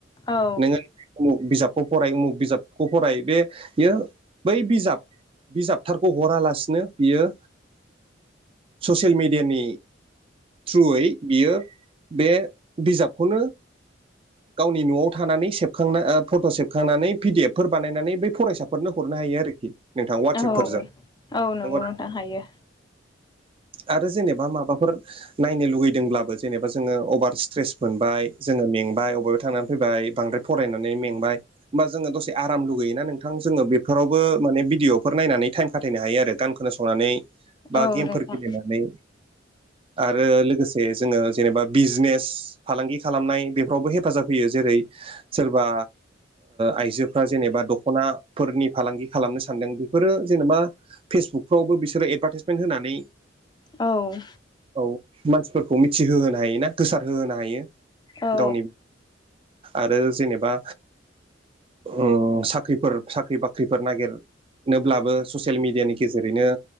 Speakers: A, on the left (about 25°); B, on the right (about 30°).
A: औ
B: नोङो उमुख बिजाबखौ फराय उमुक बिजाबखौ फराय बेयो बै बिजाब बिजाबथारखौ हरालासिनो बियो ससियेल मेडियानि थ्रुयै बियो बे बिजाबखौनो गावनि न'आव थानानै सेबखांना फट' सेबखांनानै पि डि एफ फोर बानायनानै बै फरायसाफोरनो हरनो हायो आरोखि। नोंथां वाटत्सएपफोरजों
A: औ औ नंगौ
B: नंगौना
A: नोंथां हायो
B: आरो जेनेबा माबाफोर नायनो लुगैदोंब्लाबो जेनेबा जोङो अभार स्ट्रेस मोनबाय जोङो मेंबाय बो थांनानै फैबाय बांद्राय फरायनानै मेंबाय होमबा जोङो दसे आराम लुगैयोना नोंथां जोङो बेफोरावबो माने भिदिअफोर नायनानै टाइम खाथायनो हायो आरो गान खोनासंनानै बा
A: औ
B: गेमफोर
A: नोंथां
B: गेलेनानै आरो लोगोसे जोङो जेनेबा बिजनेस फालांगि खालामनाय बेफोरावबो हे फाजाब होयो जेरै सोरबा आइजोफ्रा जेनेबा दख'नाफोरनि फालांगि खालामनो सानदों बेफोरो जेनेबा फेसबुकफ्रावबो बिसोरो एडभार्टाइसमेन्ट होनानै
A: औ
B: औ मानसिफोरखौ मिथिहोहोनो हायो ना गोसारहोहोनो हायो
A: औ
B: गावनि आरो जेनेबा उम साख्रिफोर साख्रि बाख्रिफोर नागिर ब्लाबो ससियेल मिडियानि गेजेरैनो